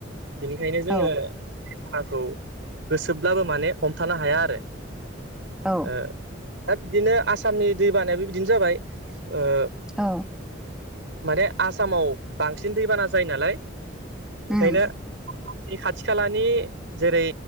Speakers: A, on the right (about 70°); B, in the centre.
A: बेनिखायनो
B: औ
A: जोङो। खौ गोसोब्लाबो माने हमथानो हाया आरो
B: औ
A: ओ। दा बिदिनो आसामनि दै बानायाबो बिदिनो जाबाय ओ।
B: औ।
A: माने आसामाव बांसिन दैबाना जायो नालाय। ओंखायनो
B: उम
A: बे खाथि-खालानि। जेरै